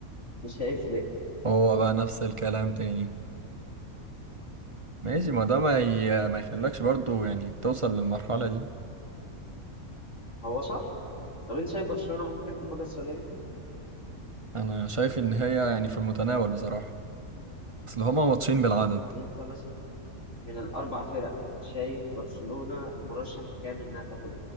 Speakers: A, on the left; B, on the right.
A: مش هيفرق
B: هو بقى نفس الكلام تاني ماشي ما ده ما ي... ما يخلكش برضو يعني توصل للمرحلة دي
A: هو صح طب أنت شايف برشلونة ممكن تاخدها السنة دي
B: انا شايف ان هي يعني في المتناول بصراحة اصل هما ماتشين بالعدد
A: يعني أنت من الأربع فرق شايف برشلونة المرشح الكامل إنها تاخد